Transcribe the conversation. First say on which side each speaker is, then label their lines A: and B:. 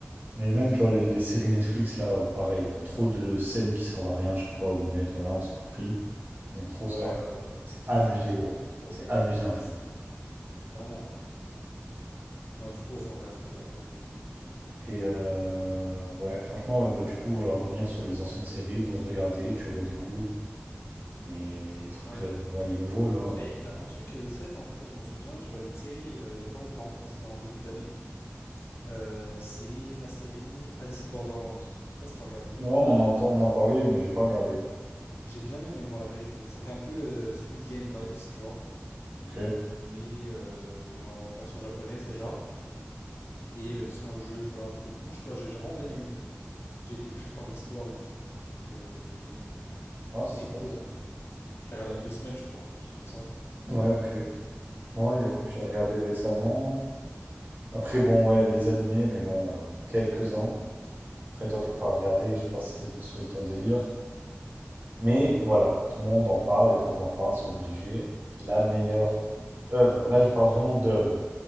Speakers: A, on the right (about 45°); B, on the left (about 70°).
A: Mais même, tu vois, les, les séries Netflix, là, où pareil, euh, trop de scènes qui servent à rien à chaque fois où ils mettent, voilà, on s'est compris. Ils aiment trop
B: Ouais,
A: ça.
B: ouais, de ouf. c'est
A: Abusé.
B: c'est trop, c'est trop.
A: C'est abusé, en fait.
B: C'est- Clairement. Non, du coup, ouais, ça m'intéresse plus, la vérité.
A: Et euh, ouais, franchement, ouais, bah, du coup, voilà, revenir sur les anciennes séries, re-regarder, tu redécouvres. Mais les trucs,
B: Ouais.
A: que vous t'avais- ouais, les nouveaux là.
B: Après, il y a un truc, euh, c'est vrai, en fait, là, je m'en souviens, j'ai regardé une série euh, il y a pas longtemps, enfin, c'était en début d'année. Euh, c'est la série Alice in Borderland Je sais pas si t'as regardé.
A: Non, mais on entend, on en parlait, mais j'ai pas regardé.
B: J'ai bien aimé, moi, la vérité. Ça fait un peu euh, Squid Game vibes, tu vois,
A: Ok. Ouais,
B: mais, euh, mais en version japonaise déjà. Et euh, c'est un jeu, voilà, un peu. Moi, je sais pas, j'ai j'ai vraiment bien aimé. J'ai été pris par l'histoire et tout, donc euh, j'ai bien aimé.
A: c'est
B: Et c'est
A: intéressant.
B: court, en vrai. Je l'ai regardé en deux semaines, je crois, quelque chose comme ça.
A: Ouais, ok. Moi,
B: Tu
A: Yacoub,
B: vois, les
A: j'ai
B: épisodes,
A: regardé
B: ça
A: récemment.
B: va.
A: Après, bon, ouais, les animés, mais bon, euh, quelques-uns. Après, toi, t'as pas regardé, je sais pas si c'était c'est ton délire. Mais voilà, tout le monde en parle, il faut que j'en parle, c'est obligé. La meilleure œuvre, là, je parle vraiment d'œuvre.